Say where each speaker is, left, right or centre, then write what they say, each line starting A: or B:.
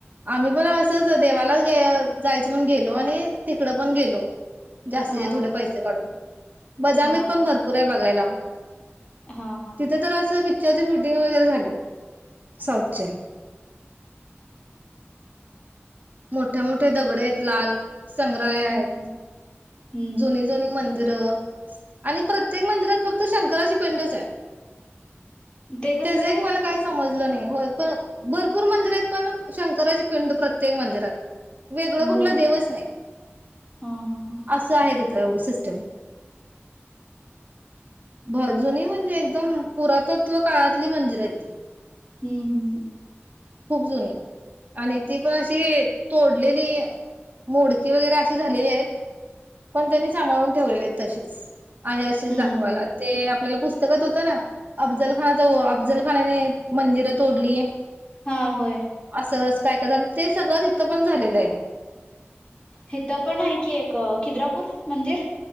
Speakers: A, on the right (about 40°); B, on the left (about 25°).
A: आम्ही पण असंच देवालाच गे... जायचं म्हणून गेलो आणि तिकडं पन गेलो. जास्तीचे
B: हा
A: थोडे
B: हा
A: पैसे काढून. बदामीत
B: हा
A: पण
B: हा
A: भरपूर हाय बगायला. <inaudible>
B: हा हा.
A: तिथे तर असं, पी पिक्चर चे शूटिंग वैगरे झालेत. साऊथचे. मोठ्या मोठे दगड आहेत लाल. संग्रहालय आहेत.
B: हम्म हम्म
A: जुनी
B: हम्म
A: जुनी मंदिरं. आणि प्रत्येक मंदिरात फक्त शंकराची पिंडच हाय.
B: ते कसं
A: त्याज एक
B: काय
A: मला काही समजलं नाही. होय पण भरपूर मंदिर आहेत पन शंकराची पिंड प्र त्येक मंदिरात. वेगळं कुठलं
B: बर
A: देवच नाही.
B: हा हा हा.
A: असं आहे. तेवढी सिस्टीम. हो, जुनी म्हणजे एकदम पुरातत्व कळतली मंदिर हायत ती.
B: हम्म हम्म हम्म
A: खूप जुनी. आणि ती पण अशी, तोडलेली, मोडकी वैगरे अशी झालेली आहेत पन त्यांनी संभाळून ठेवलेली आहेत तशीच. आहे अशीच
B: हम्म
A: दाखवायला,
B: हम्म
A: ते आप आपल्याला पुस्तकात होतं ना! अफजलखान वो अफजलखांनाने मंदिर तोडली.
B: हा, होय.
A: असंच ते सगळं तिथं पन झालेलं आहे.
B: हित पन हाय कीं एक, खिद्रापूर मंदिर.